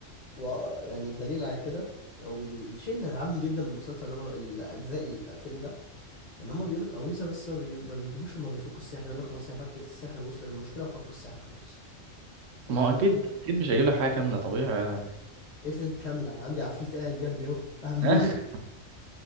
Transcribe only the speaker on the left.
ويعني الدليل على كده او ال- الشيء اللي رعبني جدا من المسلسل ده مر- الاجزاء الفيلم ده ان هما بيقولوا التعويذة بس ما, بي... ما بيجيبوش وما بيفكوا السحر يقول لك خلاص هي فكت السحر ووصل للمشكلة وفكوا السحر خلاص طب
يا
عم
انا
افرض كاملة عندي عفريت قاعد جنبي اهو <laughs> اعمل
ايه